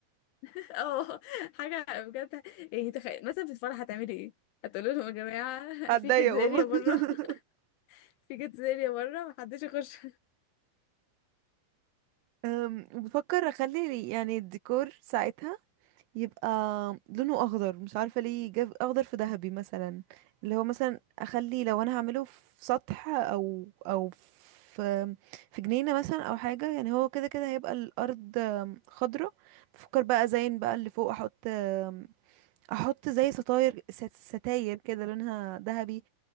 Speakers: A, on the left (about 80°); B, on the right (about 80°).
A: <laughs> اه حاجه بجد يعني تخيل مثلا في الفرح هتعملي ايه هتقولوا لهم يا جماعه
B: هتضايق
A: <laughs> في كيدز
B: والله
A: اريا بره
B: <laughs>
A: <laughs> في كيدز اريا بره محدش يخش
B: أم، بفكر اخلي يعني الديكور ساعتها يبقى لونه اخضر مش عارفه ليه جاب اخضر في ذهبي مثلا اللي هو مثلا اخلي لو انا هعمله في سطح او او في في جنينه مثلا او حاجه يعني هو كده كده هيبقى الارض أم، خضره بفكر بقى ازين بقى اللي فوق احط أم، احط زي ستاير ست- ستاير كده لونها ذهبي